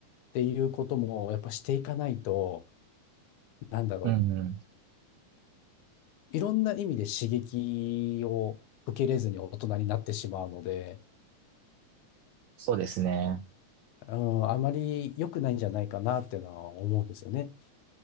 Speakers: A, on the left (about 75°); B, on the right (about 80°).
A: っていうこともやっぱしていかないと、なんだろう。
B: うん。うんうん。
A: いろんな意味で刺激を受けれずに大人になってしまうので、
B: そうですね。
A: うん、あまり良くないんじゃないかなっていうのは思うんですよね。